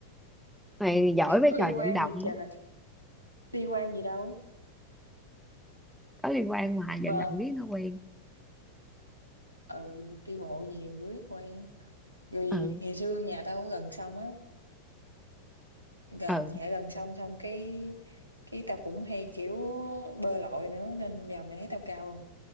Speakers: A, in the centre; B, on the right.
A: Mày giỏi với
B: Có
A: trò
B: liên
A: vận
B: quan
A: động
B: gì trời liên quan gì đâu
A: Có liên quan mà vận
B: mà
A: động riết nó quen
B: ừ đi bộ nhiều quý quen rồi
A: Ừ
B: ngày xưa nhà tao có gần sông á Gờ-
A: ừ
B: nhà gần sông xong cái cái tao cũng hay kiểu bơi lội nữa nên giờ mày thấy tao cao không